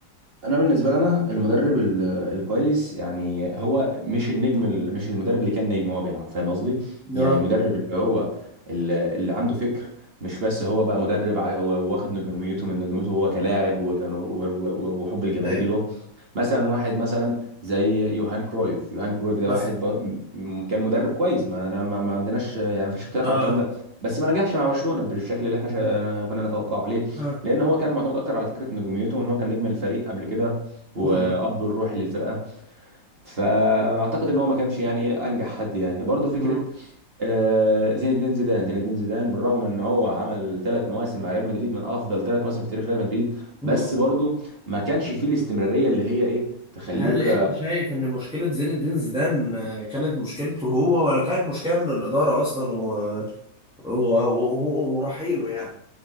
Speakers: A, on the right; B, in the centre.
A: انا بالنسبه لنا المدرب ال- الكويس يعني هو مش النجم ال- مش المدرب اللي كان نجم وهو بيلعب فاهم قصدي يعني
B: اه
A: المدرب اللي هو اللي, اللي عنده فكر مش بس هو بقى مدرب عا- هو واخد نجوميته من نجوميته هو كلاعب وجن- و- و- وحب الجماهير
B: ايه
A: له مثلا واحد مثلا زي يوهان كرويف يوهان كرويف ده
B: بس
A: واحد ب... م- كان مدرب كويس ما أنا ما ما عندناش يعني ما فيش اختلاف
B: اه
A: على الكلام ده بس ما نجحش مع برشلونه بالشكل اللي احنا شا- كنا نتوقعه ليه
B: اه
A: لان هو كان معتمد اكتر على فكره نجوميته ان هو كان نجم الفريق قبل كده واب
B: مم.
A: الروحي للفرقه فاعتقد ان هو ما كانش يعني إيه انجح حد يعني برضه فكره
B: مم.
A: آه، زين الدين زيدان زين الدين زيدان بالرغم ان هو عمل ثلاث مواسم مع ريال مدريد من افضل ثلاث مواسم في تاريخ ريال مدريد
B: مم.
A: بس برضه ما كانش فيه الاستمراريه اللي هي ايه تخليك
B: هل انت شايف ان مشكله زين الدين زيدان آه، كانت مشكلته هو ولا كانت مشكله من الاداره اصلا و... و... و... و... ورحيله يعني